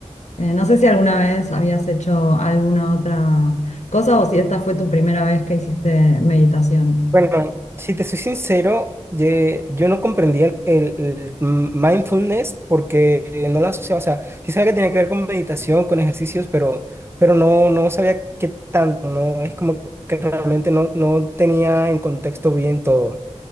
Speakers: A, on the left; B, on the right.
A: Eh, no sé si alguna vez habías hecho alguna otra cosa o si esta fue tu primera vez que hiciste meditación.
B: Bueno, si te soy sincero, ye- yo no comprendía el, el- el mindfulness porque no lo asociaba, o sea, sí sabía que tenía que ver con meditación, con ejercicios, pero, pero no, no sabía qué tanto, no, es como que realmente no, no tenía en contexto bien todo.